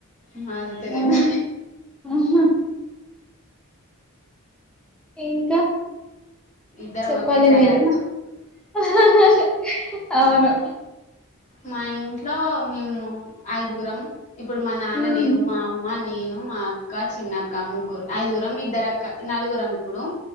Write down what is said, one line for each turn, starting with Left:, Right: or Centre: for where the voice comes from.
Left: మాది తెలంగాణే
Centre: ఆ ఆహా ఇంకా
Left: ఇద్దరం
Centre: చెప్పాలి
Left: ఒకేసారి
Centre: మీరే
Left: అన్నాం
Centre: అహ్హ్హ్ అవును
Left: మా ఇంట్లో మేము ఐదుగురం ఇప్పుడు మా నాన్న
Centre: ఉమ్
Left: లేరు మా అమ్మ, నేను మా అక్క, చిన్నక్క ముగ్గురు ఐదుగురం ఇద్దరు అక్క నలుగురం ఇప్పుడు.